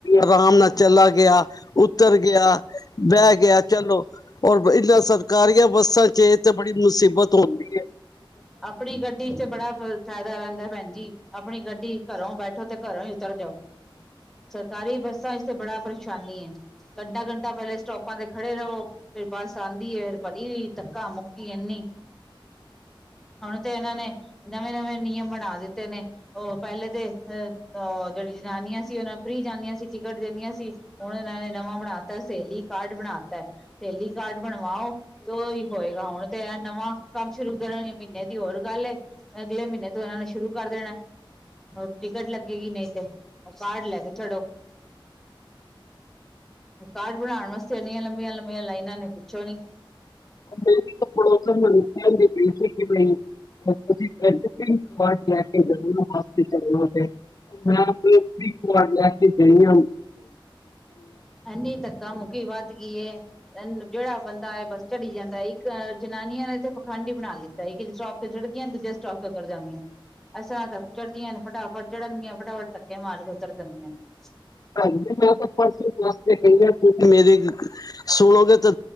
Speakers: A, on the left; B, in the centre.
A: ਆਰਾਮ ਨਾਲ ਚਲਾ ਗਿਆ ਉੱਤਰ ਗਿਆ ਬਹਿ ਗਿਆ ਚਲੋ ਔਰ ਇਹਨਾਂ ਸਰਕਾਰੀਆਂ ਬੱਸਾਂ ਚ ਏ <unintelligible> ਤੇ ਬੜੀ ਮੁਸੀਬਤ ਹੁੰਦੀ ਐ।
B: ਆਪਣੀ ਗੱਡੀ ਚ ਬੜਾ ਫ ਫਾਇਦਾ ਰਹਿੰਦਾ ਭੈਣ ਜੀ, ਆਪਣੀ ਗੱਡੀ ਘਰੋਂ ਬੈਠੋ ਤੇ ਘਰੋਂ ਹੀ ਉਤਰ ਜਾਓ। ਸਰਕਾਰੀ ਬੱਸਾਂ ਇਸੇ ਬੜਾ ਪ੍ਰੇ ਚਾਲੇ ਐ ਘੰਟਾ -ਘੰਟਾ ਪਹਿਲੇ ਸਟੋਪ ਆਪਾਂ ਤੇ ਖੜੇ ਰਹੋ, ਫੇਰ ਬੱਸ ਆਉਂਦੀ ਐ, ਫਿਰ ਭਰੀ ਹੋਈ ਧੱਕਾ ਮੁੱਕੀ ਇੰਨੀ ਹੁਣ ਤੇ ਇਹਨਾਂ ਨੇ ਨਵੇਂ -ਨਵੇਂ ਨਿਯਮ ਬਣਾ ਦਿੱਤੇ ਨੇ, ਉਹ ਪਹਿਲੇ ਤੇ ਅਹ ਉਹ ਜਿਹੜੀ ਜਨਾਨੀਆਂ ਸੀ, ਉਹਨਾਂ ਫ੍ਰਰੀ ਜਾਂਦੀਆਂ ਸੀ ਟਿਕਟ ਦਿੰਦੀਆਂ ਸੀ ਹੁਣ ਇਹਨਾਂ ਨੇ ਨਵਾਂ ਬਣਾਤਾ ਸਹੇਲੀ ਕਾਰਡ ਬਣਾਤੈ ਸਹੇਲੀ ਕਾਰਡ ਬਣਵਾਓ, ਤੇ ਉਹੀ ਹੋਏਗਾ ਹੁਣ ਤੇ ਇਹ ਨਵਾਂ ਕੰਮ ਸ਼ੁਰੂ ਕਰਨ ਮਹੀਨੇ ਦੀ ਹੋਰ ਗੱਲ ਏ, ਅਗਲੇ ਮਹੀਨੇ ਤੋਂ ਇਹਨਾਂ ਨੂੰ ਸ਼ੁਰੂ ਕਰ ਦੇਣਾ, ਉਹ ਟਿਕਟ ਲੱਗੇਗੀ ਨਹੀਂ ਤੇ, ਉਹ ਕਾਰਡ ਲੈ ਕੇ ਚੜੋ ਕਾਰਡ ਬਣਾਉਣ ਵਾਸਤੇ ਇੰਨੀਆਂ ਲੰਬੀਆਂ ਲੰਬੀਆਂ ਲਾਈਨਾਂ ਨੇ ਪੁੱਛੋ ਨੀ
A: ਮੇਰੀ ਤਾਂ ਪੜੋਸਨ ਮੇਨੂੰ ਕਹਿੰਦੀ ਪਈ ਸੀ ਕਿ ਬਈ ਤੁਸੀ <unintelligible> ਕਾਰਡ ਲੈ ਕੇ ਜਾਣਾ ਬਸ ਤੇ ਚੜਨਾ ਏ ਤੇ ਮੈਂ <unintelligible> ਕਾਰਡ ਲੈ ਕੇ ਗਈ ਆ
B: ਐਨੀ ਧੱਕਾ ਮੁਕੀ ਵਧਗੀ, ਏ ਜਿਹੜਾ ਬੰਦਾ ਹੈ ਬਸ ਚੜੀ ਜਾਂਦਾ, ਇੱਕ ਜਨਾਨੀਆਂ ਨੇ ਇੱਥੇ ਪਖੰਡ ਹੀ ਬਣਾ ਲਿੱਤਾ, ਇੱਕ ਸਟੋਪ ਤੇ ਚੜ੍ਹਦੀਆਂ ਦੂਜੇ ਸਟੋਪ ਤੇ ਉਤਰ ਜਾਂਦੀਆਂ ਨੇ, ਅਸਾਂ ਤਾਂ ਚੜ੍ਹਦੀਆਂ ਨੇ ਫਟਾਫਟ ਚੜਨਗੀਆਂ ਫਟਾਫਟ ਧੱਕੇ ਮਾਰ ਕੇ ਉਤਰ ਜਾਂਦੀਆਂ ਨੇ।
A: ਭੈਣ ਜੀ ਮੈਂ ਤੇ ਪਰਸੋਂ ਬਸ ਤੇ ਗਈ ਆ <unintelligible> ਤੁਸੀਂ ਮੇਰੀ ਸੁਣੋਗੇ ਤੇ